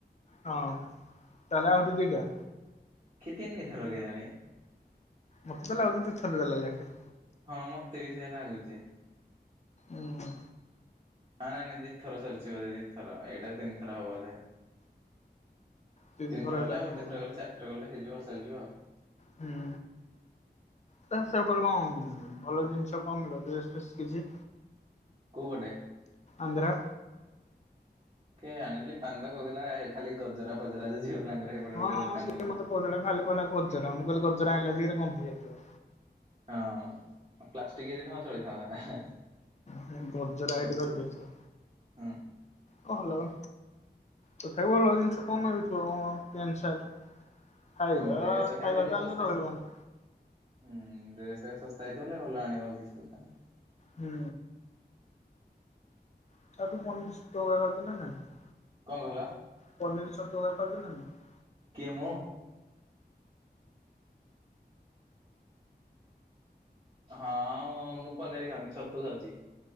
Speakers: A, on the left; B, on the right.
A: ହଁ - <inaudible> ତାହେଲେ ଆହୁରି ଦିଟା।
B: କି ତିନିଥର କେଜାଣି।
A: ମତେ ତ ଲାଗୁଚି, ଦିଥର ଦେଲେ ଲଖେ।
B: ହଁ ମତେ ବି ସେୟା ଲାଗୁଚି।
A: ଉଁ--ହୁ
B: ହଁ ନାଇଁ, ନାଇଁ ଦିଥର ସରିଛି ବୋଧେ, ଦିଥର ଏଟା ତିନି ଥର ହବ ବୋଧେ।
A: ତିନି
B: ତିନିଥର
A: ଥର ଏଇଟା
B: ହେଲେ, ଆଉ
A: ହବ
B: ଗୋଟେଥର
A: ବୋଧେ
B: ଗଲେ, ଚାର ଥର ଗଲେ ହେଇଯିବ ସରିଯିବ ଆଉ।
A: ହୁଁ ତା ସେ ଉପରେ କଣ, ଭଲ ଜିନିଷ କଣ ମିଳିବ ଡ୍ରେସ୍ ଫେସ୍ କିଛି।
B: କଉ ପଟେ।
A: ଆନ୍ଦ୍ର।
B: କେ ଆଣିଲି ପାନ୍ଦ କହୁଥିଲା ଖାଲି ଗଜରା ଫଜରା ଝିଅ ପିଲାଙ୍କର। ହେପଟେ
A: ହଁ
B: ଗୋଟେ
A: ହଁ
B: ଦୋକାନ
A: ସିଏ
B: ନଉଥିଲା।
A: ମତେ କହୁଥିଲା ଖାଲି କହିଲା ଗଜରା ମୁଁ କହିଲି ଗଜରା ଆଣିଲ ସିଏଟ ଗନ୍ଧେଇ ଯାଇଥିବ।
B: ହଁ ପ୍ଲାଷ୍ଟିକ ହେଇଥିଲେ ହଁ ଚଳିଥାନ୍ତା।
A: ହୁଁ ଗଜରା ହେଟି
B: କରୁଛି
A: ଧରିକି ଆସିବ।
B: ହୁଁ
A: କଣ ହେଲା ଲୋ ତଥାବି ଭଲ ଜିନିଷ କଣ ନେବି ପ୍ୟାଣ୍ଟ ସାର୍ଟ। ଖାଇବା
B: ହଁ ଡ୍ରେସ ଏକା
A: ଖାଇବା
B: ହେଲେ ଟିକେ
A: ତ ଆଣିଲେ
B: ଶସ୍ତା
A: ରହିବନି।
B: ହୁଁ ଡ୍ରେସେ ଶସ୍ତା ହେଇଥିଲେ ଭଲ ଆଣିବ। କିଛି କଥା ନାହିଁ।
A: ହୁଁ। <unintelligible>
B: କଣ କହିଲ?
A: ପନୀର ଛତୁ ହେଲା ଖାଉଛ ନା ନାହିଁ?
B: କିଏ ମୁଁ? ହଁ ଆଉ ମୁଁ ପନିରି ଖାଉନି ଛତୁ ଖାଉଛି।